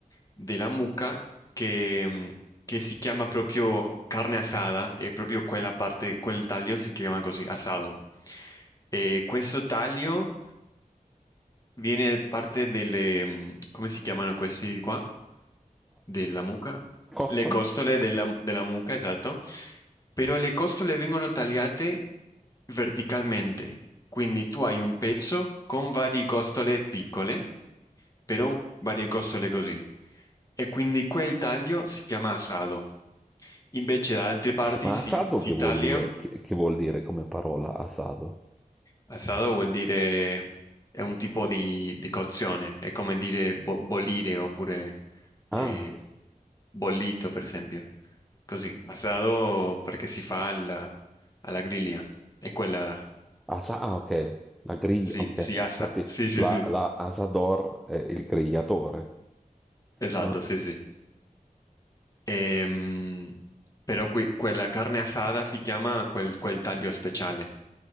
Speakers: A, on the left; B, in the centre.
A: della mucca che, mm, che si chiama proprio carne asada e proprio quella parte, quel taglio si chiama così, asado. E questo taglio viene parte delle, mm, come si chiamano questi di qua? della mucca, le
B: come?
A: costole della, della mucca, esatto, però le costole vengono tagliate verticalmente, quindi tu hai un pezzo con varie costole piccole, però varie costole così, e quindi quel taglio si chiama assado. Invece da altre parti
B: ma
A: si,
B: asado
A: si
B: che vuol
A: taglia.
B: dire, che che vuol dire come parola asado?
A: Assado vuol dire è un tipo di, di cozione, è come dire bo- bollire oppure eh,
B: Ah,
A: bollito, per esempio. Così, assado perché si fa alla, alla griglia, è quella,
B: Asa, ah, ok, la griglia,
A: sì,
B: ok.
A: si assa,
B: Infatti
A: sì, sì,
B: la,
A: sì,
B: la Asador è il grigliatore.
A: esatto,
B: Ah,
A: sì, sì. Ehm, però qui- quella carne assata si chiama quel, quel taglio speciale.